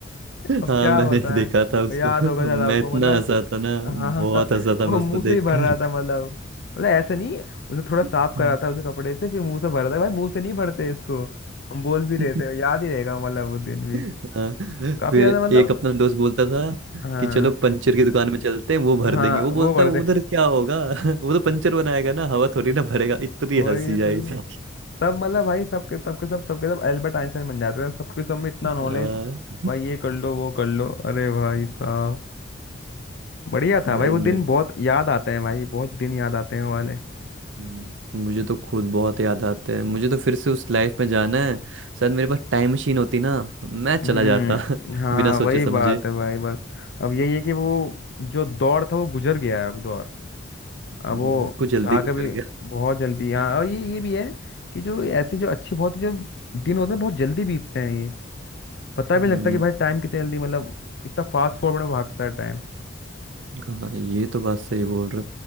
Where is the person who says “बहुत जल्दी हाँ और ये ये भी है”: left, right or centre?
Left